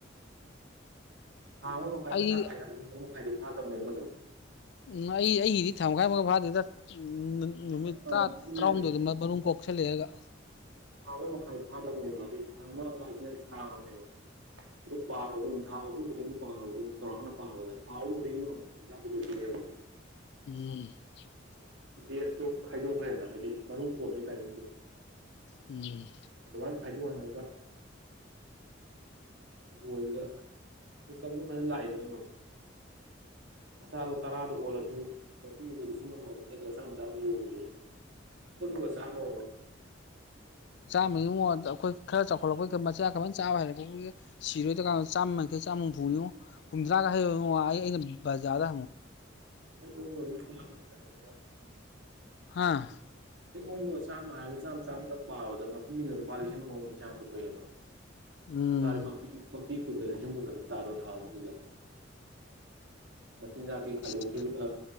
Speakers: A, on the right; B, on the left.
A: ꯊꯥ ꯑꯃ ꯃꯈꯥꯏ
B: ꯑꯩ
A: ꯃꯆꯥ ꯈꯥꯏꯅ ꯃꯈꯥꯏꯗꯤ ꯐꯥꯗꯕꯅꯦ ꯃꯁꯨ
B: ꯎ ꯑꯩ ꯑꯩꯒꯤꯗꯤ ꯊꯥ ꯃꯈꯥꯏꯃꯒ ꯐꯥꯗꯦꯗ ꯎ ꯅꯨꯃꯤꯠ
A: ꯑꯥ
B: ꯇꯔꯥ
A: ꯑꯗꯨꯅꯦ
B: ꯇꯔꯥꯍꯨꯝꯗꯣꯏꯗ
A: ꯍꯥꯏꯁꯦ
B: ꯃꯅꯨꯡ ꯀꯣꯛꯁꯜꯂꯛꯑꯒ
A: ꯊꯥ ꯑꯃ ꯃꯈꯥꯏ ꯐꯥꯗꯕꯅꯦꯕ ꯑꯗꯨ ꯊꯥ ꯑꯃ ꯂꯥꯏꯁꯦꯟꯁ ꯈꯥꯡꯉꯕꯅꯦꯕ ꯑꯗꯨ ꯄꯥꯔꯨꯕ ꯑꯗꯨꯝ ꯊꯥ ꯑꯍꯨꯝꯕꯗꯒꯤ ꯄꯥꯔꯨꯕ ꯑꯗꯨꯝ ꯆꯥꯎꯔꯥꯛꯅ ꯄꯥꯕꯗ ꯊꯥ ꯑꯍꯨꯝꯗꯒꯤ ꯑꯃꯖ ꯄꯨꯊꯣꯛꯅꯦꯕ <unintelligible>
B: ꯎꯝ
A: ꯕꯦꯁꯇꯣ ꯈꯥꯏꯗꯣꯛꯈ꯭ꯔꯦꯅ ꯍꯥꯏꯗꯤ ꯃꯔꯨꯝ ꯀꯣꯟꯕꯒꯤ ꯇꯥꯏꯃꯤꯡꯗꯣ
B: ꯎꯝ
A: ꯑꯗꯨꯃꯥꯏꯅ ꯈꯥꯏꯗꯣꯛꯍꯟꯂꯒ ꯂꯣꯏꯕꯗ ꯏꯟꯀꯝꯗꯣ ꯐꯖꯅ ꯂꯥꯛꯏꯗꯗꯅ ꯃꯆꯥꯗꯣ ꯇꯔꯥꯗ ꯑꯣꯜꯂꯁꯨ ꯃꯄꯤꯕ ꯂꯤꯁꯤꯡ ꯑꯃꯃꯝꯅꯤ ꯅꯠꯇ꯭ꯔꯥ ꯆꯥꯝ ꯆꯥꯝꯗ ꯌꯜꯂꯁꯨ ꯄ ꯁꯃ
B: ꯃꯉꯗ ꯑꯩꯈꯣꯏ ꯈꯔ ꯆꯥꯎꯈꯠꯂꯛꯄꯩ ꯃꯆꯥ ꯈꯔꯅ ꯆꯥꯕ ꯍꯔꯛꯄꯕꯨꯒꯤ ꯁꯤꯔꯣꯏꯔꯀꯥꯟꯗ ꯆꯥꯝꯃꯡꯩ ꯆꯥꯝꯃ ꯍꯨꯝꯐꯨꯅꯤꯉꯣ ꯀꯨꯝꯗꯅꯥꯒꯦꯥꯗ
A: <unintelligible>
B: ꯍꯥꯥ
A: ꯍꯦꯛ ꯑꯣꯟꯕ ꯆꯥꯝꯃ ꯍꯥꯏꯔ ꯆꯥꯝꯃ ꯆꯥꯝꯃꯗꯪ ꯄꯥꯎꯕꯗ ꯃꯇꯦꯡꯅ ꯂꯨꯄꯥ ꯂꯤꯁꯤꯡ ꯑꯃꯃꯝꯒꯤ ꯆꯥꯡꯝ ꯄꯨꯊꯣꯛꯑꯦꯕ
B: ꯎꯝ
A: ꯑ ꯇꯥꯔ ꯃꯄꯤ ꯃꯄꯤ ꯀꯨꯟꯗ ꯂꯤꯁꯤꯡ ꯀꯨꯟꯗ ꯑꯗꯨꯝ ꯇꯥꯔꯣ ꯊꯥ ꯑꯍꯨꯝꯗꯨꯗ ꯃꯆꯤꯟꯖꯥꯛꯀꯤ
B: ꯑꯁ
A: ꯈꯥꯏꯗꯣꯛꯈꯤꯕꯗ